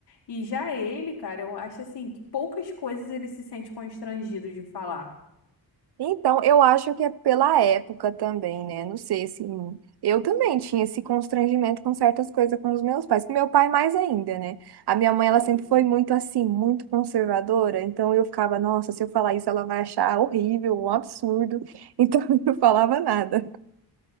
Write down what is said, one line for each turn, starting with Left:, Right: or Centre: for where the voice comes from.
Left: E já ele, cara, eu acho assim que poucas coisas ele se sente constrangido de falar.
Right: Então, eu acho que é pela época também, né? Não sei se. Eu também tinha esse constrangimento com certas coisas com os meus pais, com meu pai mais ainda, né? A minha mãe,
Left: Uhum.
Right: ela sempre foi muito assim, muito conservadora, então eu ficava, nossa, se eu falar isso, ela vai achar horrível, um absurdo, então <laughs> eu não falava nada.